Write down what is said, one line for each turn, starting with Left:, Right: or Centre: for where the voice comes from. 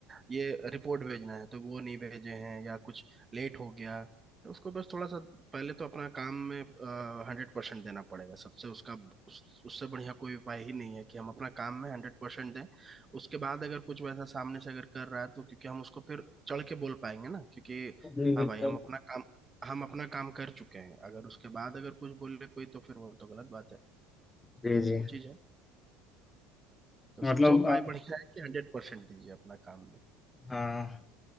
Right: ये रिपोर्ट भेजना है तो वो नहीं भेजे हैं या कुछ लेट हो गया तो उसको बस थोड़ा सा पहले तो अपना काम में हंड्रेड परसेंट देना पड़ेगा सबसे उसका उस, उससे बढ़िया कोई उपाय ही नहीं है कि हम अपना काम में हंड्रेड परसेंट दें उसके बाद अगर कुछ वैसा सामने से अगर कर रहा है तो क्योंकि हम उसको फिर चढ़ के बोल पाएंगे ना क्योंकि
Left: जी बिल्कुल
Right: हाँ भाई हम अपना काम हम अपना काम कर चुके हैं अगर उसके बाद अगर कुछ बोले कोई तो फिर वो तो गलत बात है
Left: जी
Right: तो
Left: जी
Right: वो चीज़ है तो
Left: मतलब
Right: सबसे उपाय
Left: अ,
Right: बढ़िया है कि हंड्रेड परसेंट दीजिए अपना काम में
Left: हाँ